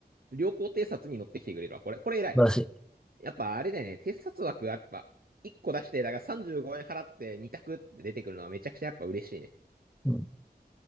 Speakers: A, on the right; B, in the centre.
A: 良好偵察に乗ってきてくれるわ。これ、これ偉い。
B: 素晴らしい。
A: やっぱあれだよね。偵察枠はやっぱ、1個出して、だから35円払って2択って出てくるのはめちゃくちゃやっぱ嬉しいね。
B: うん。